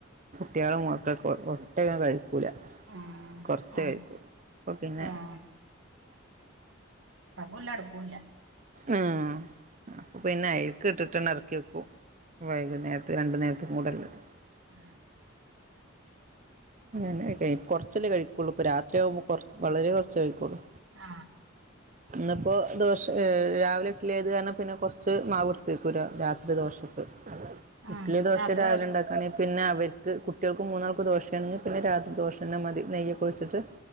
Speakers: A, on the right (about 40°); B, on the right (about 80°).
A: <unintelligible>
B: ആഹ്
A: കുറച്ച്
B: ആഹ്
A: കഴിക്കൂ അപ്പൊ പിന്നെ
B: ഏഹ് ഒല്ല അടപ്പല്ല
A: ഉം അപ്പൊ പിന്നെ അയക്ക് ഇട്ടിട്ട്ന്നെ ഇറക്കി വെക്കും വൈകുന്നേരത്തെ രണ്ടു നേരത്തെ പോർത്ത് കൂട് ഉള്ളത് <unintelligible>
B: ആ
A: അങ്ങനെ കുറച്ചല്ലേ കഴിക്കുള്ളൂ ഇപ്പ രാത്രി ആകുമ്പോ കൊറ വളരെ കുറച്ച് കഴിക്കുള്ളൂ
B: ആ
A: ഇന്നിപ്പോ ദോശ രാവിലെ ഇട്ടിലിയത് കാരണം പിന്നെ കൊറച്ച് മാവ്ടുത്തി വെക്കുംരാത്രി ദോശക്ക്
B: ആഹ്
A: ഇഡലി ദോശ
B: രാത്രി
A: രാവിലെ ഉണ്ടാക്കുകയാണെങ്ക പിന്നെ അവര് കുട്ടികൾക്ക് മൂന്നാൾക്ക് ദോശയാണെങ്കിൽ പിന്നെ രാത്രി ദോശന്ന മതി നെയ്യൊക്കെ ഒ ഴിച്ചിട്ട്